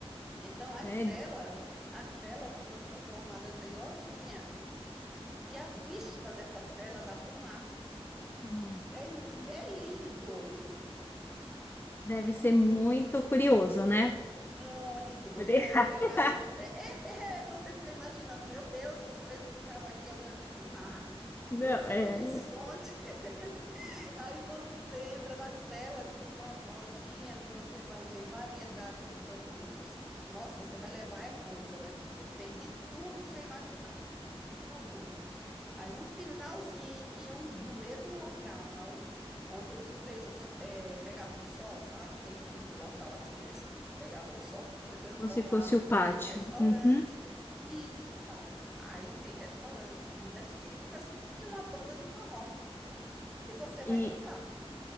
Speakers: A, in the centre; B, on the left (about 20°).
A: Então,
B: sério?
A: as celas, as celas foram transformadas em lojinhas, e a vista dessa cela dá para o mar.
B: Hum.
A: É, é lindo!
B: Deve ser muito curioso, né?
A: Muito, você
B: <laughs>
A: entra em cada. É, é, é, você fica imaginando, meu Deus, os presos ficavam aqui olhando esse mar,
B: Não,
A: esse
B: é.
A: horizonte. <laughs> Aí você entra nas celas, que são as lojinhas, e você vai ver variedade de produtos. Nossa, você vai levar é coisa daqui, viu? Tem de tudo que você imaginar, tudo. Aí no finalzinho, no mesmo local, onde os presos eh, pegavam só, sabe? Tem um, um local assim que eles pegavam só, foi transformado
B: Como se fosse o pátio.
A: em restaurante.
B: Uhum.
A: Isso, o pátio. Aí tem restaurantes, comidas típicas e uma banda de forró que você
B: E,
A: vai dançar.